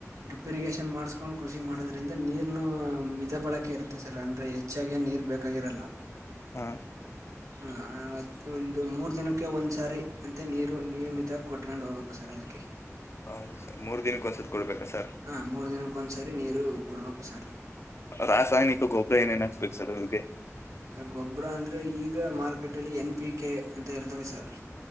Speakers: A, on the right; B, on the left.
A: ಡಿಪ್ ಇರಿಗೇಷನ್ ಮಾಡ್ಸ್ಕೊಂಡು ಕೃಷಿ ಮಾಡೋದ್ರಿಂದ ನೀರ್ನು ಮಿತ ಬಳಕೆ ಇರುತ್ತೆ ಸರ್ ಅಂದ್ರೆ. ಹೆಚ್ಚಾಗೇನ್ ನೀರ್ ಬೇಕಾಗಿರಲ್ಲ.
B: ಹಾ
A: ಹಾ ಒಂದು ಮೂರ್ ದಿನಕ್ಕೆ ಒಂದ್ ಸಾರಿ ಅಂತ ನೀರು ನಿಯಮಿತ ಕೊಟ್ಕೊಂಡ್ ಹೋಗ್ಬೇಕು ಸರ್ ಅದಕ್ಕೆ.
B: ಹೌದ ಸರ್ ಮೂರು ದಿನಕ್ಕ್ ಒಂದ್ಸತ ಕೊಡ್ಬೇಕಾ ಸರ್.
A: ಹಾಂ ಮೂರು ದಿನಕ್ಕ್ ಒಂದ್ಸರಿ ನೀರು ಕೊಡ್ಬೇಕು ಸರ್.
B: ರಾಸಾಯನಿಕ ಗೊಬ್ಬರ ಏನೇನ್ ಹಾಕ್ಬೇಕು ಸರ್ ಅವಕ್ಕೆ.
A: ಸರ್ ಗೊಬ್ಬರ ಅಂದ್ರೆ ಈಗ ಮಾರ್ಕೆಟಲ್ಲಿ ಎನ್ ಪಿ ಕೆ ಅಂತ ಇರ್ತವೆ ಸರ್.